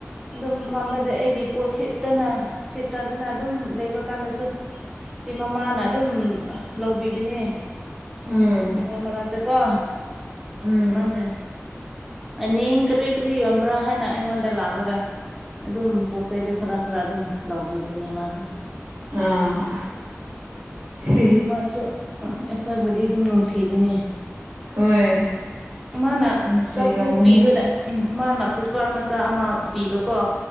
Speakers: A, in the centre; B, on the right (about 50°).
A: ꯑꯗꯨꯝ ꯐꯝꯕꯗ ꯑꯩꯒꯤ ꯄꯣꯠ ꯁꯤꯠꯇꯅ ꯁꯤꯠꯇꯗꯅ ꯑꯗꯨꯝ ꯂꯩꯕ ꯀꯥꯟꯗꯁꯨ ꯁꯤ ꯃꯃꯥꯅ ꯑꯗꯨꯝ ꯂꯧꯕꯤꯕꯅꯦ
B: ꯎꯝ
A: ꯃꯔꯥ ꯃꯔꯥ ꯇ ꯀꯣ
B: ꯎꯝ
A: ꯃꯥꯅꯦ ꯑꯅꯤꯡ ꯀꯔꯤ ꯀꯔꯤ ꯌꯣꯟꯕ꯭ꯔꯥ ꯍꯥꯏꯅ ꯑꯩꯉꯣꯟꯗ ꯂꯥꯛꯂꯒ ꯑꯗꯨꯝ ꯄꯣꯠ ꯆꯩꯗꯨ ꯈꯔ ꯈꯔ ꯑꯗꯨꯝ ꯂꯧꯕꯤꯕꯅꯦ ꯃꯥꯅ
B: ꯑꯥ ꯍꯤ ꯍꯤ
A: ꯃꯍꯥꯛ ꯑꯩꯈꯣꯏꯕꯨꯗꯤ ꯑꯗꯨꯝ ꯅꯨꯡꯁꯤꯕꯅꯦ
B: ꯍꯣꯏ
A: ꯃꯥꯅ
B: ꯅꯨꯡꯁꯤꯔꯝꯒꯅꯤ
A: ꯆꯐꯨ ꯄꯤꯕꯗ ꯎꯝ ꯃꯥꯅ ꯀꯨꯀꯔ ꯃꯆꯥ ꯑꯃ ꯄꯤꯕꯀꯣ